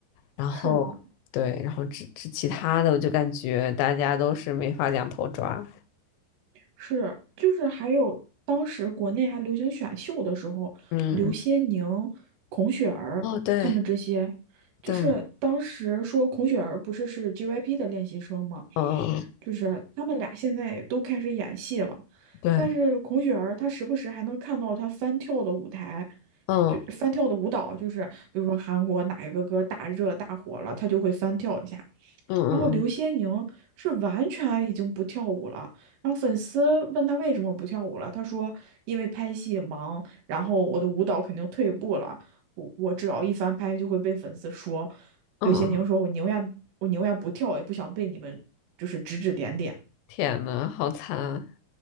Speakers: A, on the left (about 80°); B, on the right (about 75°).
A: 然后对，
B: 是的，
A: 然后这这其他的我就感觉大家都是没法两头抓。
B: 是就是还有当时国内还流行选秀的时候，
A: 嗯，
B: 刘些宁、孔雪儿他们这些，
A: 哦，对。
B: 就是当时说孔雪儿不是是
A: 对，
B: JYP 的练习生吗？
A: 嗯，
B: 就是他们俩现在都开始演戏了，
A: 对，
B: 但是孔雪儿她时不时还能看到她翻跳的舞台，
A: 嗯
B: 就翻跳的舞蹈，就是比如说韩国哪一个歌大热大火了，她就会翻跳一下。
A: 嗯嗯
B: 然后刘些宁是完全已经不跳舞了。然后粉丝问他为什么不跳舞了，他说因为拍戏忙，然后我的舞蹈肯定退步了，我我只要一翻拍就会被粉丝说。
A: 嗯嗯，
B: 刘些宁说，我宁愿我宁愿不跳，也不想被你们就是指指点点。
A: 天呐，好惨啊！